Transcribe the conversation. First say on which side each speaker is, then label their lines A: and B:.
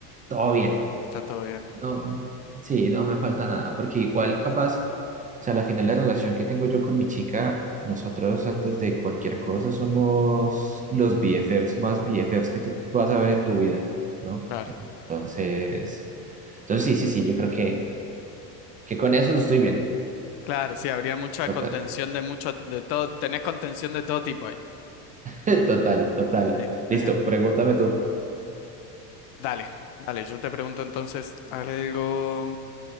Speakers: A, on the right; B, on the left.
A: todo bien.
B: está todo bien,
A: No, sí, no me falta nada, porque igual capaz, o sea, la final de relación que tengo yo con mi chica, nosotros antes de cualquier cosa somos los BFFs más BFFs que tú vas a ver en tu vida, ¿no?
B: claro.
A: Entonces, entonces sí, sí, sí, yo creo que, que con eso estoy bien.
B: Claro, sí, habría mucha
A: Total,
B: contención de mucho, de todo, tenés contención de todo tipo ahí.
A: <laughs> total, total.
B: Sí,
A: Listo,
B: genial.
A: pregúntame tú.
B: Dale, dale, yo te pregunto entonces algo.